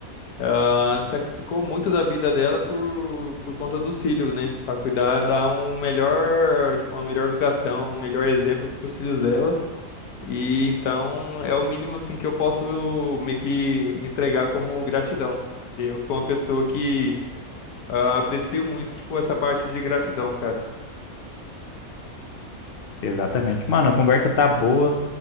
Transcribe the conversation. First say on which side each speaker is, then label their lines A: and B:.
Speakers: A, on the left; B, on the left.
A: ah, sacrificou muito da vida dela por, por conta dos filhos, né? Pra cuidar, dar um melhor, tipo, uma melhor educação, um melhor exemplo pros filhos dela. E então é o mínimo assim que eu posso meio que entregar como gratidão. Eu sou uma pessoa que ah, aprecio muito, tipo, essa parte de gratidão, cara.
B: Exatamente. Mano, a conversa tá boa,